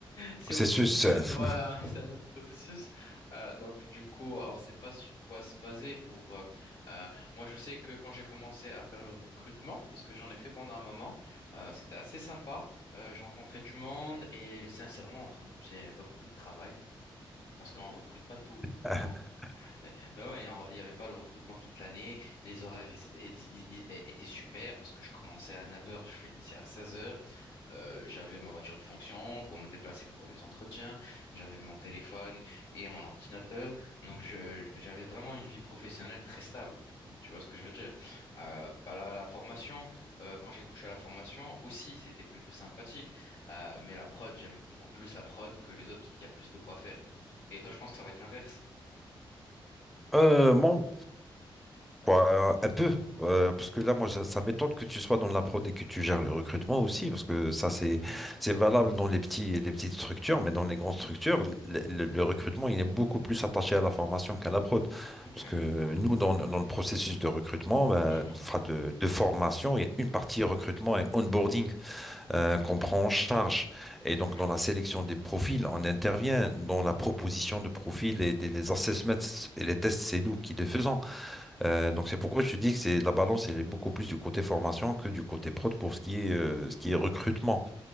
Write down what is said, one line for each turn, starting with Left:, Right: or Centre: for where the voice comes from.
Left: c'est
Centre: Processus.
Left: autre, <laughs> voilà, c'est un autre processus. Euh, donc, du coup, on ne sait pas sur quoi se baser pour. euh, euh, moi, je sais que quand j'ai commencé à faire le recrutement, parce que j'en ai fait pendant un moment, euh, c'était assez sympa. Euh, j'ai rencontré du monde et sincèrement, entre nous, c'est pas beaucoup de travail parce qu'on recrute pas tout le
Centre: <laughs>
Left: temps. Eh, Ben ouais, il n'y avait pas le recrutement toute l'année. Les horaires ils étaient ils- ils- ils étaient super parce que je commençais à neuf heures, je finissais à seize heures euh, j'avais ma voiture de fonction pour me déplacer pour les entretiens, j'avais mon téléphone et mon ordinateur. Donc, je, j'avais vraiment une vie professionnelle très stable. Tu vois ce que je veux dire? Euh, pas la, la formation, euh, quand j'ai touché à la formation aussi, c'était plutôt sympathique. Euh, mais la prod, j'aime beaucoup plus la prod que les autres parce qu'il y a plus de quoi faire. Et toi, je pense que ça va être l'inverse.
Centre: Euh, mon Quoi, un peu, euh, parce que là, moi, ça, ça m'étonne que tu sois dans la prod et que tu gères le recrutement aussi, parce que ça, c'est, c'est valable dans les petits, les petites structures, mais dans les grandes structures, le, le- le recrutement, il est beaucoup plus attaché à la formation qu'à la prod.
Left: Ok.
Centre: Parce que nous, dans, dans le processus de recrutement, ben,
Left: Mhm.
Centre: enfin de, de formation, il y a une partie recrutement et onboarding euh, qu'on prend en charge. Et donc,
Left: Ok.
Centre: dans la sélection des profils, on intervient dans la proposition de profils et des, les assessments et les tests, c'est nous qui les faisons.
Left: Ok.
Centre: Euh, donc c'est pourquoi je te dis que c'est la balance, elle est beaucoup plus du côté formation que du côté prod pour ce qui est, euh, ce qui est recrutement.